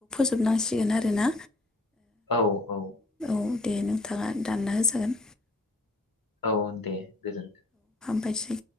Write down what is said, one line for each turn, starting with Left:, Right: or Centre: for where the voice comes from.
Centre: खालामनांसिगोन आरो ना
Left: औ औ
Centre: औ दे नोंथाङा दानना होजागोन।
Left: अ दे गोजोनथों।
Centre: मबायसै।